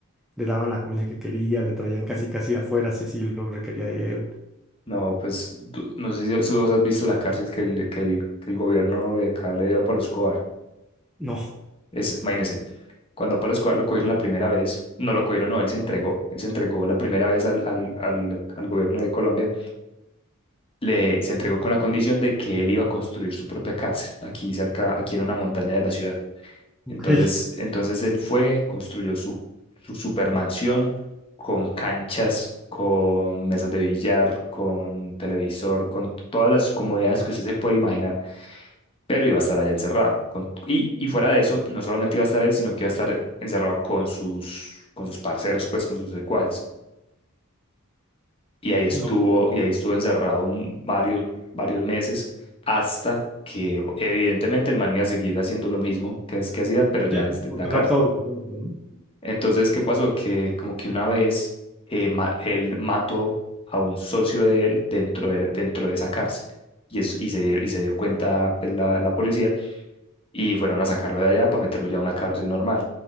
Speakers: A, in the centre; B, on the left.
A: le daban la comida que quería, le traían casi casi de afuera si así lo requería él.
B: No, pues tú- no sé si si vos has visto la cárcel que el, que el, que el gobierno de acá le dio a Pablo Escobar.
A: No,
B: Es, imagínese, cuando a Pablo Escobar lo cogieron la primera vez, no lo cogieron, no, él se entregó, él se entregó la primera vez al, al, al, al gobierno de Colombia, le, se entregó con la condición de que él iba a construir su propia cárcel aquí cerca, aquí en una montaña de la ciudad.
A: <laughs> Ok.
B: Entonces, entonces él fue, construyó su, su supermansión con canchas, con mesas de billar, con televisor, con todas las comodidades que usted se puede imaginar, pero iba a estar allá encerrado. con- y, y fuera de eso, no solamente iba a estar él, sino que iba a estar encerrado con sus, con sus parceros, pues con sus secuaces. Y ahí estuvo,
A: no,
B: y ahí estuvo encerrado un- varios, varios meses hasta que evidentemente el man iba a seguir haciendo lo mismo que es que hacía, pero ya
A: Sí,
B: desde
A: como controlar
B: la cárcel.
A: no. todo desde dentro, ¿no?
B: Entonces, ¿qué pasó? Que como que una vez eh, ma- él mató a un socio de él dentro de, dentro de esa cárcel. Y, eso, y, se, dio- y se dio cuenta pues, la, la policía y fueron a sacarlo de allá para meterlo ya a una cárcel normal.